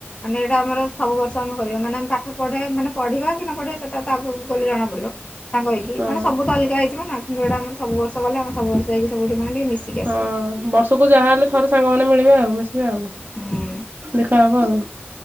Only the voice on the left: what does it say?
ମାନେ ଏଇଟା ଆମର ସବୁ ବର୍ଷ ଆମେ କରିବା ମାନେ ଆମେ ପାଠ ପଢେ ମାନେ ପଢିବା କି ନ ପଢିବା ସେଇଟା ତ ଆଗକୁ ଗଲେ ଜଣାପଡିବ। ସାଙ୍ଗ ହେଇକି
ମାନେ ସବୁ ତ ଅଲଗା ହୋଇଯିବା ନାଁ କିନ୍ତୁ ଆମ ସବୁ ବର୍ଷ ଗଲେ ଆମ ସବୁ ବର୍ଷ ଯାଇକି ସବୁଠି ମାନେ ମିଶିକି ଆସିବା।
ହୁଁ